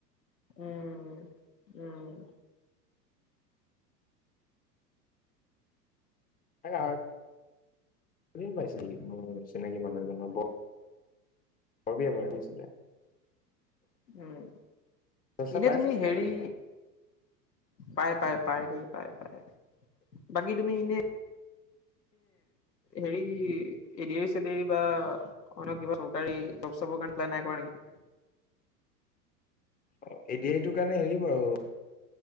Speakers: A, on the left; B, on the left.
A: উম উম।
B: হালাহত ট্ৰেইন পাইছিলি মই চিনাকি মানুহ এজনক ব হবি বাৰু শুইছিলে।
A: উম,
B: চইচা
A: ইনে
B: পাইছে
A: তুমি
B: কেমেৰা
A: হেৰি
B: পাতিব
A: পাইপ পাই পাই দেই পায় পায় বাকী তুমি ইনে হেৰি এডিএৰি চেডিএৰি বা অন্য কিবা চৰকাৰী জব চবৰ কাৰণে এপ্লাই নাই কৰা নেকি?
B: <inaudible> অ এ ডি আৰ ই এইটো কাৰণে হেৰি বাৰু